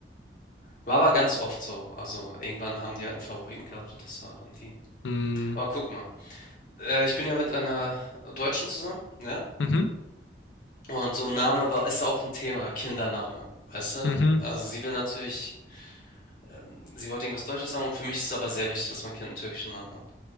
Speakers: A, on the left; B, on the left.
A: War aber ganz oft so. Also irgendwann haben die halt einen Favoriten gehabt und das war dann die.
B: Mm,
A: Aber guck mal, äh, ich bin ja mit einer Deutschen zusammen, ne?
B: mhm,
A: Und so ein Name war, ist auch ein Thema, Kindername, weißt du?
B: mhm,
A: Also sie will natürlich, ähm, sie wollte irgendwas Deutsches haben und für mich ist es aber sehr wichtig, dass mein Kind einen türkischen Namen hat.